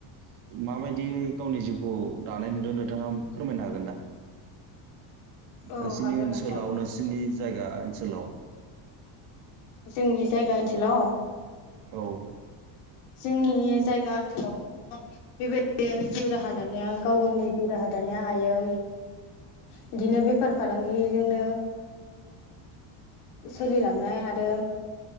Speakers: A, on the right; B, on the left.
A: माबायदियै गावनि जिउखौ दानाय नुदों नोंथाङा फोरमायनो हागोन ना?
B: औ
A: नोंसोरनि
B: हागोन
A: ओनसोलाव
B: नोंथां
A: नोंसोरनि जायगा ओनसोलाव
B: जोंनि जायगा ओनसोलाव
A: औ
B: जोंनि जायगा ओनसोलाव <unintelligible> बेबायदिनो जिउ राहा दानाया गाव गावनि जिउ राहा दानाया हायो बिदिनो बेफार फालांगिजोंनो सोलिलांनाय आरो